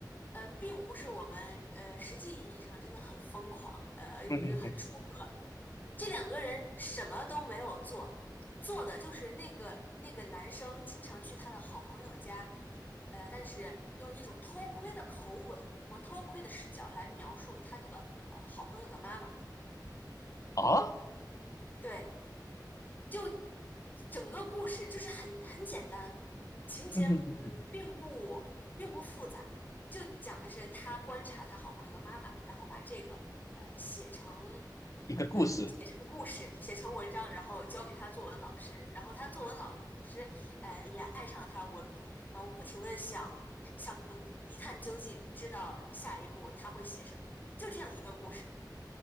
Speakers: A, on the left; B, on the left.
A: 嗯、并不是我们呃实际意义上真的很疯狂，呃，
B: 哼
A: 就是很出格。这两个人什么都没有做，做的就是那个那个男生经常去他的好朋友家，呃，但是用一种偷窥的口吻或偷窥的视角来描述他那个呃好朋友的妈妈。
B: 啊，
A: 对，就。整个故事就是很很简单，情节嗯并不并不复杂，
B: 嗯哼嗯哼，
A: 就讲的是他观察他好朋友的妈妈，然后把这个呃写成
B: 一个故事
A: 呃写成故事，写成文章，然后交给他作文老师，然后他作文老师呃也爱上了他的文笔，然后不停的想想一探究竟，知道下一步他会写什么，就这样一个故事。